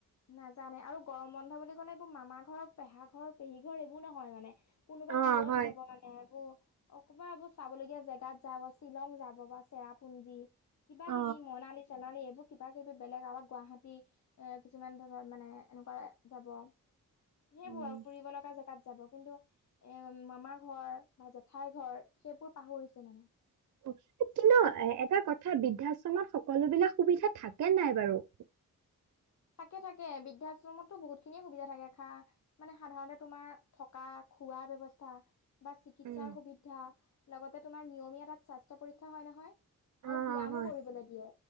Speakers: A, on the left (about 50°); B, on the right (about 55°).
A: নাজানে আৰু গৰম বন্ধ বুলি কলে এইবোৰ মামা ঘৰ পেহা ঘৰ পেহী ঘৰ এইবোৰ নহয় মানে। কোনোবা
B: অ
A: দূৰত
B: হয়
A: যাব। মানে এইবোৰ কবা এইবোৰ চাবলগীয়া জেগাত যাব শ্বিলং যাব বা চেৰাপুঞ্জী। কিবা
B: অ
A: কিবি মনালী চনালী কিবা কিবি বেলেগ আৰু গুৱাহাটী এ কিছুমান মানে এনেকুৱা যাব। সেইবোৰ
B: উম,
A: আৰু ফুৰিব লগা জেগাত যাব কিন্তু এ মামা ঘৰ বা জেঠাইৰ ঘৰ সেইবোৰ পাহৰিছে মানে
B: অ কিনো এ এটা কথা বৃদ্ধাশ্ৰমত সকলো বিিলাক সুবিধা থাকে নাই বাৰু
A: থাকে থাকে বৃদ্ধাশ্ৰমতো বহুত খিনিয়ে সুবিধা থাকে খা মানে সাধাৰণতে তোমাৰ থকা খোৱাৰ ব্য্ৱস্থা বা চিকিৎসাৰ
B: উম
A: সুবিধা লগতে তোমাৰ নিয়মীয়া তাত স্বাস্থ্য পৰীক্ষা হয় নহয়
B: অ
A: আৰু ব্যায়ামো
B: হয়
A: কৰিবলৈ দিয়ে